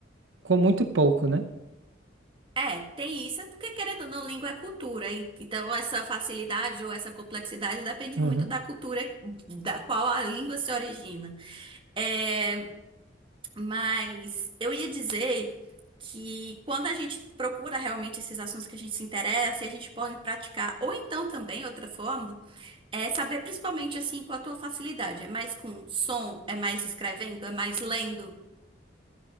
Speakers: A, on the right; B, on the right.
A: com muito pouco, né?
B: É, tem isso, é porque querendo ou não, língua é cultura. en- Então, essa facilidade ou essa complexidade depende
A: Uhum.
B: muito da cultura da qual a língua se origina. É, mas eu ia dizer que quando a gente procura realmente esses assuntos que a gente se interessa e a gente pode praticar, ou então também outra forma, é saber principalmente assim com a tua facilidade. É mais com som, é mais escrevendo, é mais lendo.